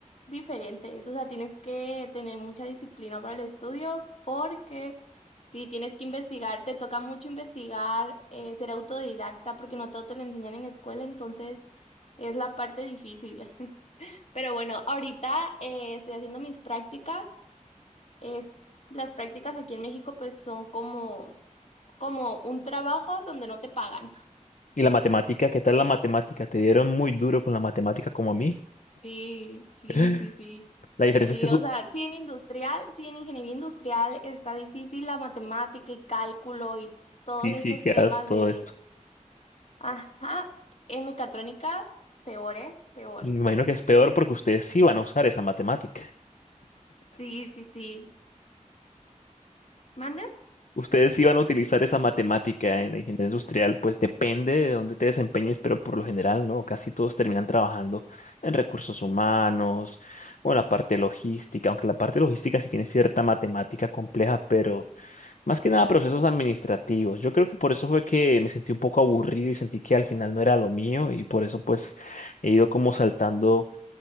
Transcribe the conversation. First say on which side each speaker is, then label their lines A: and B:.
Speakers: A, on the left (about 55°); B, on the left (about 75°).
A: diferentes. O sea, tienes que tener mucha disciplina para el estudio porque si tienes que investigar, te toca mucho investigar, eh, ser autodidacta porque no todo te lo enseñan en la escuela, entonces es la parte difícil. Pero bueno, ahorita eh, estoy haciendo mis prácticas. Es, las prácticas aquí en México pues son como, como un trabajo donde no te pagan.
B: y la matemática. ¿Qué tal la matemática? ¿Te dieron muy duro con la matemática como a mí?
A: Sí, sí,
B: <laughs>
A: sí, sí.
B: La diferencia
A: Sí,
B: es que son
A: o sea, sí en industrial, sí en ingeniería industrial está difícil la matemática y cálculo y todos
B: físicas,
A: estos temas
B: todo
A: de,
B: esto.
A: ajá, en mecatrónica, peor, ¿eh? Peor.
B: Me imagino que es peor porque ustedes sí van a usar esa matemática.
A: Sí, sí, sí. ¿Mande?
B: Ustedes iban a utilizar esa matemática en la ingeniería industrial, pues depende de dónde te desempeñes, pero por lo general, ¿no? Casi todos terminan trabajando en recursos humanos o en la parte logística, aunque la parte logística sí tiene cierta matemática compleja, pero más que nada procesos administrativos. Yo creo que por eso fue que me sentí un poco aburrido y sentí que al final no era lo mío y por eso pues he ido como saltando